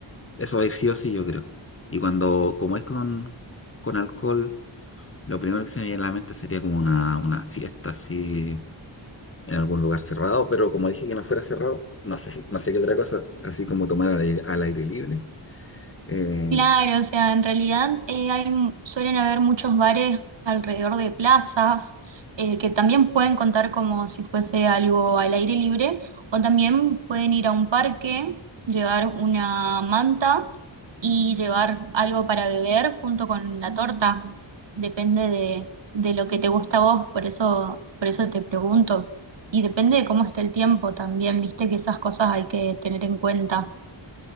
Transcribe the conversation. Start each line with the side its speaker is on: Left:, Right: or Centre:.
Left: eso va a ir sí o sí, yo creo. Y cuando, como es con, con alcohol, lo primero que se me viene a la mente sería como una, una fiesta así en algún lugar cerrado, pero como dije que no fuera cerrado, no sé, <laughs> no sé qué otra cosa, así como tomar al aire, al aire libre. Eh,
Right: Claro, o sea, en realidad eh, hay, suelen haber muchos bares alrededor de plazas eh, que también pueden contar como si fuese algo al aire libre o también pueden ir a un parque, llevar una manta y llevar algo para beber junto con la torta. Depende de, de lo que te gusta a vos, por eso, por eso te pregunto. Y depende de cómo esté el tiempo también, viste que esas cosas hay que tener en cuenta.